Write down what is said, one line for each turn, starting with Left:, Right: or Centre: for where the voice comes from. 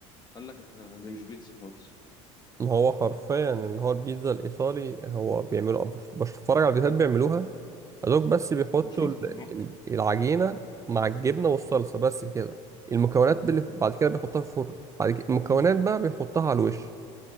Left: قال لك إحنا دي مش بيتزا خالص
Right: إن هو حرفيا اللي هو البيتزا الإيطالي هو بيعملوا بش- بتفرج على فيديوهات بيعملوها دوك بس بيحطوا
Left: بشوفهم
Right: ال-
Left: أهو
Right: ال- العجينة مع الجبنة والصلصة بس كده المكونات اللي بعد كده بيحطها في الفرن بعد كده المكونات بقى بيحطها على الوش